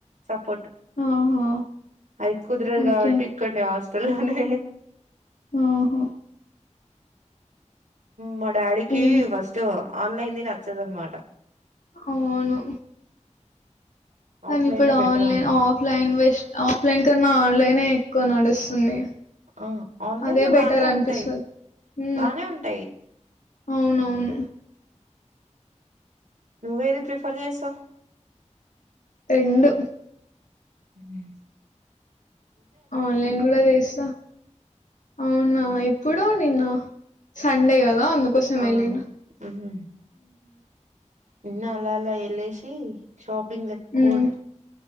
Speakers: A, on the right; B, on the left.
A: సపోర్ట్
B: ఆహా
A: అది కుదరదు
B: ఓకే
A: కాబట్టి ఇక్కడనె హస్ట్ నే
B: ఆహో
A: మా డాడీకి
B: ఏం
A: ఫస్ట్ ఆన్లైన్ది నచ్చదు అన్నమాట
B: అవును కానీ
A: ఆఫ్లైనే
B: ఇప్పుడు
A: బెటర్
B: ఆన్లైన్
A: అన్
B: ఆఫ్లైన్ వెస్ట్ ఆఫ్లైన్ కన్నా ఆన్లైన్ క్కువ నడుస్తుంది
A: ఆ ఆన్లైన్లో
B: అదే బెటర్
A: బానే
B: అనిపిస్తుందిహు
A: ఉంటాయి బానే ఉంటాయి
B: అవునవును
A: నువ్వేది ప్రిఫర్ చేసావు
B: రెండు
A: హు
B: ఆన్లైన్ కూడా చేస్తా అవునా ఇప్పుడు నిన్న సండే కదా అందుకోసం
A: ఆ
B: వెళ్ళిరా
A: ఉహు నిన్న అలా అలా వెళ్ళసి షాప్ పింగ్ కోట్
B: ఉమ్